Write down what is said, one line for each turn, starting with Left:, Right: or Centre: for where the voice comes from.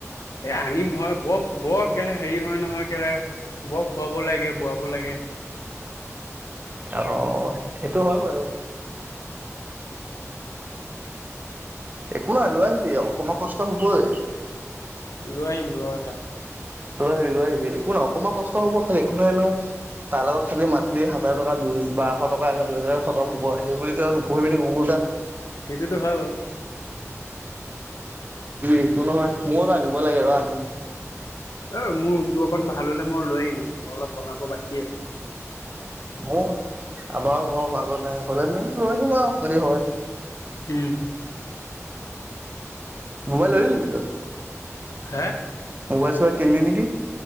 Left: এ আনিম হয় বৰ বৰ কেলে হেৰি হয় নহয় কেলে বৰ খুৱাব লাগে বোৱাব লাগে।
Right: অহ সেইটো হয় বাৰু। একো নাই লৈ আহিবি আৰু অকণমান কষ্ট। চব হ'বই
Left: লৈ আহিম ৰ এটা।
Right: লৈ আহিবি লৈ আহিবি একো নহ অকণমান কষ্ট হ'ব খালি একো নাই নহয় তাৰ লগত খালি মাততি হাজাৰ টকা দু বাৰশ টকা দুইহাজাৰ। একমুব সেই বুলি তেই নুখুৱাবি নহয় কুকুৰটা।
Left: সেইটোতো হয় বাৰু।
Right: একো নহয় মইও এটা আনিব লাগে ৰ আনিম।
Left: অহ মোৰ ৰুমটো অকণ ভাল হ'লে মই লৈ আহিম অলপ বনাব বাকী আছে।
Right: মোৰ আমাৰো ঘৰ মানুহ নাই হলে মই লৈ আহিম আৰু যদি হয়।
Left: উম।
Right: মোবাইল ললি নেকি তই।
Left: হে।
Right: মোবাইল চোবাইল কিনিলি নেকি।